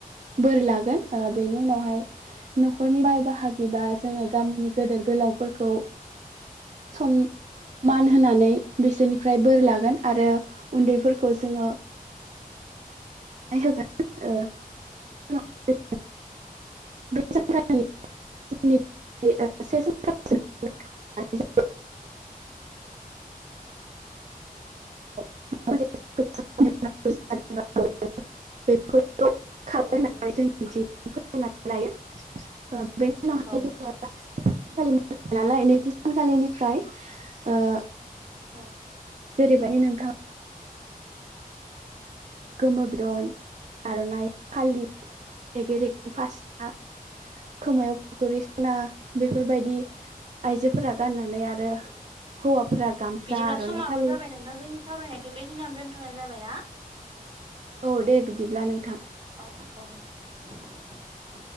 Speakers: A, on the right; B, on the right.
A: बोर लागोन ओ बेनि उनावहाय न'खरनि बाय बाहागि बा जोङो
B: औ
A: गामिनि गोदोर गोलावफोर खौ सनमान होनानै बिसोरनिफ्राय बोर लागोन आरो उन्दैफोरखौ जोङो होगोन ओ <unintelligible> बे सानखालि <unintelligible> <unintelligible> बेफोर औ खार
B: औ
A: होननानै
B: औ नोंथां
A: जों बिदि फोननानै लायो ओ बेनि उनाव हाय
B: औ
A: जोङो <unintelligible> खालि मोसानाय नालाय नैथि सानखालिनिफ्राय ओ
B: औ
A: जेरैबायदि नोंथां गोमो बिदन आर'नाइ फालि रेगे रेग फास्रा खोमायाव
B: औ
A: गरि, स'ना बेफोरबायदि आइजोफोरा गाननानै आरो हौवाफोरा गामसा
B: बिदिब्ला
A: आर'नाइ
B: समाबो
A: फालि
B: जाबाय नोंना जोंनि सावरायनायखौ बेखिनियावनो दोनथ'नाय जाबाय ना?
A: औ दे बिदिब्ला नोंथां‌।
B: अ अ <unintelligible>